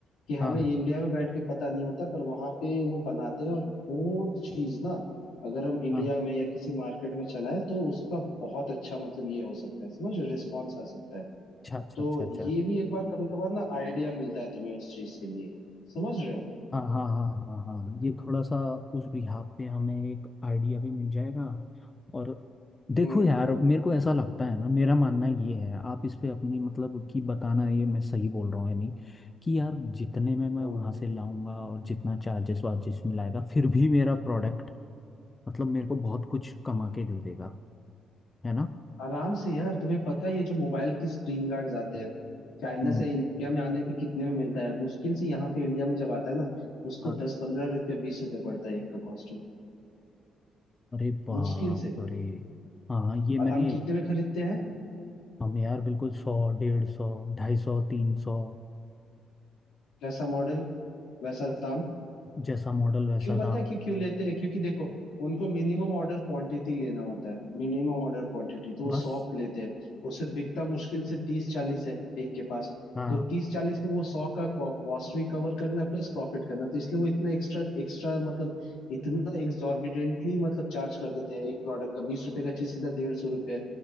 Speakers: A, on the left; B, on the left.
A: कि
B: हाँ
A: हमें इंडिया में बैठ के पता नहीं होता पर वहां पे वो बनाते हैं और वो चीज ना अगर हम इंडिया
B: हाँ
A: में या किसी मार्केट में चलाएं तो उसका बहुत अच्छा मतलब ये हो सकता है समझ रिस्पॉन्स आ सकता है
B: अच्छा अच्छा
A: तो
B: अच्छा अच्छा
A: ये भी एक बार कभी कभार ना आइडिया मिलता है तुम्हें उस चीज के लिए समझ रहे हो
B: हाँ हाँ हाँ हाँ हाँ ये थोड़ा सा उस बिहाफ पे हमें एक आइडिया भी मिल जाएगा और देखो
A: हम्म
B: यार मेरे को ऐसा लगता है ना मेरा मानना ये है आप इस पे अपनी मतलब कि बताना ये मैं सही बोल रहा हूँ या नहीं कि यार जितने में मैं
A: हम्म
B: वहाँ से लाऊंगा और जितना चार्जेस वार्जेस मिलाएगा फिर भी मेरा प्रोडक्ट मतलब मेरे को बहुत कुछ कमा के दे देगा है ना
A: आराम से यार तुम्हें पता है ये जो मोबाइल की स्क्रीन गार्ड्स आते हैं चाइना
B: हम्म
A: से इंडिया में आने पे कितने में मिलता है मुश्किल से यहाँ पे इंडिया में जब आता है ना उसको
B: हाँ,
A: दस पंद्रह रुपया बीस रुपये पड़ता है एक का कॉस्ट्यूम
B: अरे बाप
A: मुश्किल से
B: रे हाँ ये
A: और
B: मैंने
A: हम कितने में खरीदते हैं
B: हम यार बिल्कुल सौ डेढ़ सौ ढाई सौ तीन सौ
A: जैसा मॉडल वैसा दाम
B: जैसा मॉडल वैसा
A: क्यों पता
B: दाम
A: है क्यों क्यों लेते हैं क्योंकि देखो उनको मिनिमम ऑर्डर क्वांटिटी लेना होता है मिनिमम ऑर्डर क्वांटिटी तो वो
B: बस
A: सौ लेते हैं उसे बिकता मुश्किल से तीस चालीस है एक के पास
B: हाँ
A: तो तीस चालीस में वो सौ का कॉस्ट भी कवर करना है प्लस प्रॉफिट करना है। तो इसलिए वो इतना एक्स्ट्रा एक्स्ट्रा मतलब इतना एग्जॉर्बिडेंटली मतलब चार्ज कर देते हैं एक प्रोडक्ट का बीस रुपए का चीज सीधा डेढ़ सौ रुपए